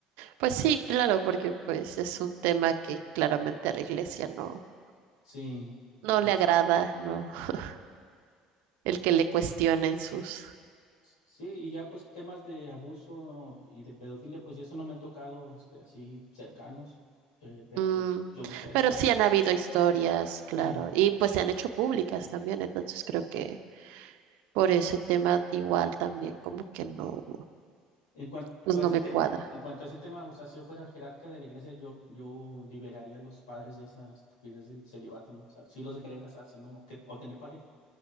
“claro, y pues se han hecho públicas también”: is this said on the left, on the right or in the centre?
Right